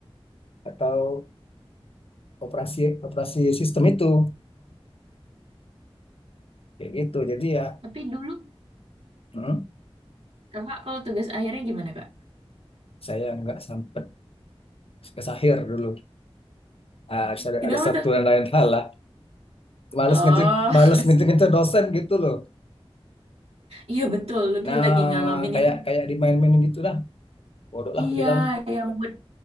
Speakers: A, on the left (about 70°); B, on the right (about 80°).
A: atau operasi operasi sistem itu kayak gitu jadi ya
B: Tapi dulu
A: hmm,
B: kakak kalau tugas akhirnya gimana kak?
A: saya nggak sampai ke Sahir dulu Ah, ada,
B: Kenapa
A: ada satu
B: tuh?
A: dan lain hal lah males
B: Oh,
A: ngecek males
B: <laughs>
A: ngecek ngecek dosen gitu loh
B: iya betul. Lutfi
A: nah
B: lagi ngalamin
A: kayak
B: itu.
A: kayak dimain-mainin gitu lah bodoh lah
B: Iya,
A: aku bilang
B: yang buat